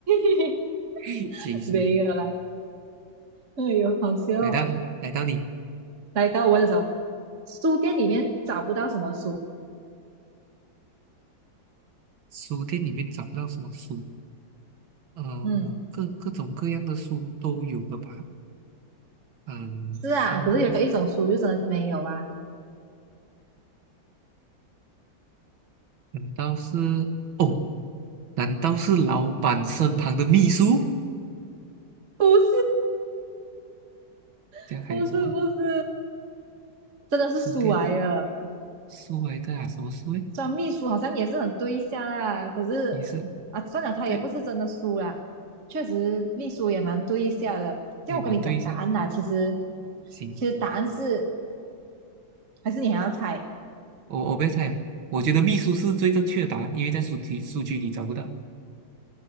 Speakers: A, on the right; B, on the right.
A: <laughs>
B: 行行，
A: 没有啦，哎呦，好笑哦
B: 来到来到你
A: 来到我的时候，书店里面找不到什么书。
B: 书店里面找不到什么书，呃，
A: 嗯，
B: 我各各种各样的书都有了吧？嗯、
A: 是啊，
B: 生东西
A: 可是有一种书就真的没有啊。
B: 难道是哦？难道是老板身旁的秘书？
A: 不是，<laughs>
B: 这样还有什么
A: 不是，不是，真的是书来了。
B: 书店书来的啊？什么书诶？
A: 虽然秘书好像也是很对象啊，可是啊，
B: 也是
A: 算了，他也不是真的书啦。
B: 对，
A: 确实，秘书也蛮对一下的。叫我跟你讲答案啦，
B: 也蛮对象？
A: 其实
B: 行，
A: 其实答案是还是你还要猜。
B: 我我不要猜了，我觉得秘书是最正确的答案，因为在书籍数据里找不到。